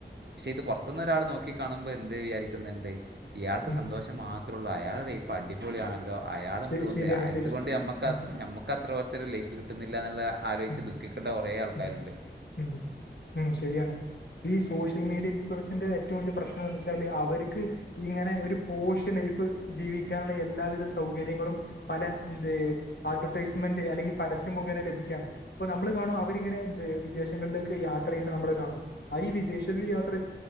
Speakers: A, on the right; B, on the left.
A: പക്ഷെ ഇത് പുറത്തുന്ന് ഒരാൾ നോക്കി കാണുമ്പോൾ എന്ത് വിചാരിക്കുന്നുണ്ട് ഇയാൾക്ക്
B: ഉം
A: സന്തോഷം മാത്രമേ ഉള്ളൂ അയാളുടെ ലൈഫ് അടിപൊളിയാണല്ലോ അയാൾ
B: ശരി
A: എന്തുകൊണ്ട്
B: ശരിയാണ്
A: എന്തുകൊണ്ട്
B: ശരി
A: നമുക്ക്
B: ഉം
A: നമുക്ക് അത്ര പോലത്തെഒരു ലൈഫ് കിട്ടുന്നില്ല എന്നുള്ള ആലോചിച്ച്
B: ഉം
A: ദുഃഖിക്കേണ്ട കുറേ ആൾക്കാരുണ്ട്.
B: ഉം ഉം ഉം ശരിയാണ് ഈ സോഷ്യൽ മീഡിയിൽ ഇൻഫുളുവൻസിന്റെ ഏറ്റവും വലിയ പ്രശ്നം എന്ത് വെച്ചാല് അവർക്ക് ഇങ്ങനെ ഒരു പോഷ് ലൈഫ് ജീവിക്കാനുള്ള എല്ലാവിധ സൗകര്യങ്ങളും പല എന്ത് അഡ്വെർടൈസ്മെന്റ് അല്ലെങ്കി പരസ്യമുഖേനെ ലഭിക്കാണ്. അപ്പൊ നമ്മള് കാണും അവരിങ്ങനെ എന്ത് വിദേശങ്ങളിലേക്ക് യാത്ര ചെയ്യണത് നമ്മള് കാണും. ആ ഈ വിദേശത്ത് യാത്ര